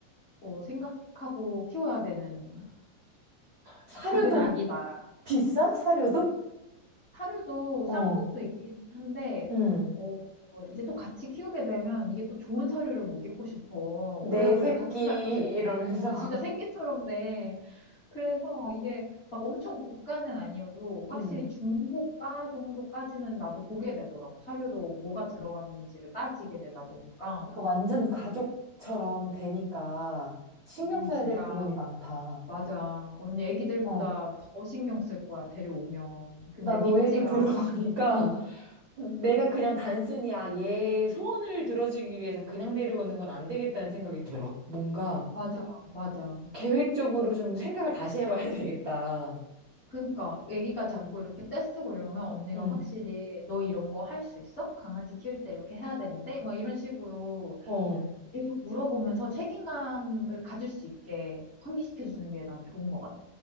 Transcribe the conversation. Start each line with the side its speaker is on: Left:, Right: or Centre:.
Left: 어, 생각하고 키워야 되는
Right: 사료도
Left: 작은 아기다
Right: 비싸? 사료도?
Left: 사료도
Right: 어,
Left: 싼 것도 있긴 한데,
Right: 응.
Left: 어, 이제 또 같이 키우게 되면 이게 또 좋은 사료를 먹이고 싶어.
Right: 내
Left: 오래오래
Right: 새끼
Left: 같이 살고 싶어.
Right: 이러면서 <laughs>
Left: 진짜 새끼처럼 돼. 그래서 이게 막 엄청 고가는 아니어도 확실히
Right: 음.
Left: 중고가 정도까지는 나도 보게 되더라고. 사료도 뭐가 들어갔는지를 따지게 되다 보니까.
Right: 그러니까 완전 가족처럼 되니까 신경
Left: 언니
Right: 써야
Left: 진짜,
Right: 될 부분이 많다.
Left: 맞아. 언니 애기들보다
Right: 어.
Left: 더 신경 쓸 거야, 데려오면. 근데
Right: 나
Left: 밉지가
Right: 너 얘기 들어보니까
Left: 않아.
Right: <laughs> 내가 그냥 단순히 아, 얘 소원을 들어주기 위해서 그냥 데려오는 건 안 되겠다는 생각이 들어. 뭔가
Left: 맞아, 맞아.
Right: 계획적으로 좀 생각을 다시 해봐야 되겠다.
Left: 그러니까 애기가
Right: 어.
Left: 자꾸 이렇게 떼쓰고 이러면 언니가
Right: 응.
Left: 확실히 너 이런 거 할 수 있어? 강아지 키울 때 이렇게 해야 되는데? 막 이런 식으로
Right: 어.
Left: 계속 물어보면서 책임감을 가질 수 있게 환기시켜 주는 게 난 좋은 것 같아.